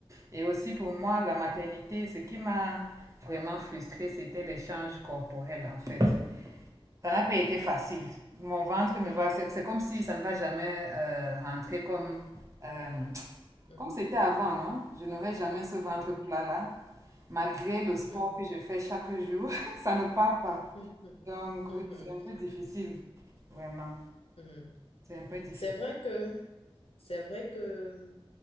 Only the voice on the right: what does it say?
Et aussi, pour moi, la maternité, ce qui m'a vraiment frustrée, c'était l'échange corporel, en fait. Ça n'a pas été facile.
Mon ventre ne va, c'est c'est comme si ça ne va jamais euh, rentrer comme euh,
comme c'était avant, non? Je n'aurai jamais ce ventre
plat-là. Malgré le sport
que je fais chaque jour, <laughs> ça ne part pas.
Donc
oui, c'est un peu difficile, vraiment.
C'est un peu difficile.